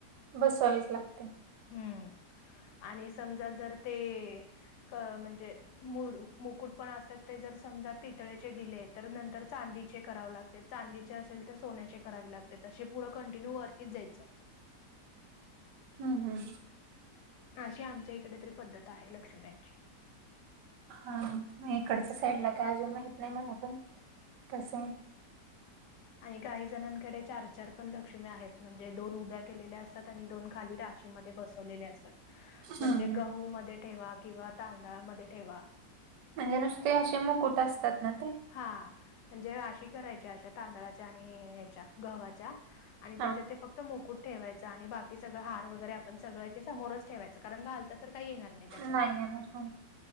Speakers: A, on the right; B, on the left.
A: बसवावीच लागतंय.
B: हम्म. आणि समजा जर ते क म्हणजे, मुर- मुकुट पण असतात. ते जर समजा, पितळेचे दिलेत. तर नंतर चांदीचे करावं लागतेत. चांदीचे असेल तर सोन्याचे करावे लागतेत. असे पुढं कंटिन्यू वरतीच जायचं.
A: हं, हं, हं.
B: अशी आमच्या इकडे तरी पद्धत आहे. लक्ष्म्यांची.
A: हा. इकडच्या साईडला काय अजून माहित नाही, मला पण. कसंय ते.
B: आणि काही जणांकडे चार - चार पण लक्ष्म्या आहेत. म्हणजे दोन उभ्या केलेल्या असतात दोन खाली राशी मध्ये बसवले असतात. म्हणजे
A: हम्म हम्म.
B: गहू मध्ये ठेवा किंवा तांदळामध्ये ठेवा.
A: म्हणजे नुसते असे मुकुट असतात ना ते
B: हा. म्हणजे राशी करायच्या. अशा तांदळाच्या आणि हेच्या गव्हाच्या. आणि
A: हा
B: त्याच्यात ते फक्त मुकुट ठेवायचं. आणि बाकी सगळं हात त वगैरे आपण सगळं इथे समोरच ठेवायचं. कारण घालता तर काय येणार नाय, त्याच्यावर.
A: नाही येणार हा